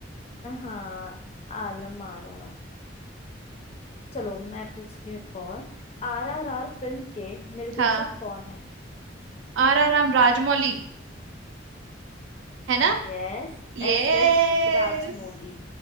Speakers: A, on the left; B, on the right.
A: हाँ आलम आरा चलो मैं पूछती हूँ एक और आरआरआर फिल्म के निर्देशक
B: हाँ
A: कौन है
B: आर आर राम राजमौली है ना
A: Yes
B: Yes
A: S S Rajamouli